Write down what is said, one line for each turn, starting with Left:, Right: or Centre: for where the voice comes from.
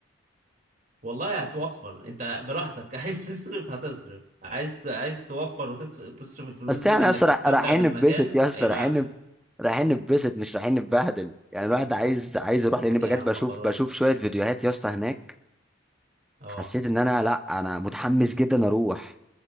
Right: والله هتوفر انت براحتك <laughs> عايز تصرف هتصرف عايز عايز توفر وتصرف الفلوس
Centre: بس
Right: دي
Centre: احنا
Right: في انك
Centre: يا اسطى
Right: تستمتع
Centre: راح- رايحين
Right: بالمكان
Centre: نتبسط يا اسطى
Right: هيبقى
Centre: رايحين
Right: احسن
Centre: نب- رايحين نتبسط مش رايحين نتبهدل يعني الواحد عايز عايز يروح لان
Right: طيب
Centre: بجد
Right: يا عم
Centre: بشوف
Right: خلاص
Centre: بشوف شويه فيديوهات يا اسطى هناك
Right: اه
Centre: حسيت ان انا لا انا متحمس جدا اروح